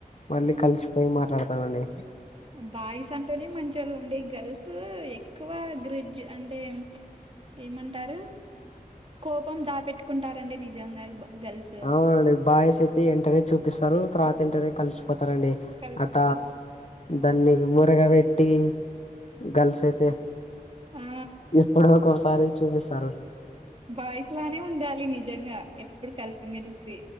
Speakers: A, on the left; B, on the right.
A: మళ్ళీ
B: హ్మ్
A: కలిసిపోయి మాట్లాడతామండి
B: బాయ్స్ అంటేనే మంచి వోళ్ళు అండి గర్ల్స్ ఎక్కువ గ్రిడ్జ్ అంటే ఏమంటారు కోపం దాపెట్టు కుంటారండి నిజంగా గర్ల్స్
A: అవునండి. బాయిస్ అయితే వెంటనే చూపిస్తారు. తర్వాత వెంటనే కలిసిపోతారండి.
B: కలిసిపోతారు
A: అట దాన్ని మోరగా పెట్టి గల్స్ అయితే
B: ఆ
A: ఎప్పుడో ఒకసారి చూపిస్తారు.
B: భాయ్ నే ఉండాలి నిజంగా ఎప్పుడు కలిసిమెలిసి